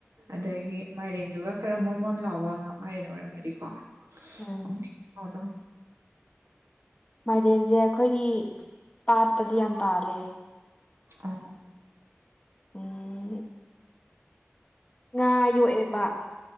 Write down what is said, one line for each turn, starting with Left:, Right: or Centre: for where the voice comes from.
Right: ꯑꯗꯒꯤ ꯃꯥꯏꯔꯦꯟꯗꯨꯒ ꯈꯔ ꯃꯣꯟ ꯃꯣꯟ ꯂꯥꯎꯕ ꯉꯥꯛ ꯃꯥꯏꯔꯦꯟ ꯑꯣꯏꯔꯝꯃꯗꯤꯀꯣ
Left: ꯎꯝ
Right: ꯑꯃꯨꯛ ꯍꯥꯎꯗꯧꯅꯤ
Left: ꯃꯥꯏꯔꯦꯟꯖꯦ ꯑꯈꯣꯏꯒꯤ ꯄꯥꯠꯇꯗꯤ ꯌꯥꯝ ꯄꯥꯜꯂꯦ
Right: ꯑꯥ
Left: ꯎꯝ ꯉꯥ ꯌꯣꯛꯑꯦꯕ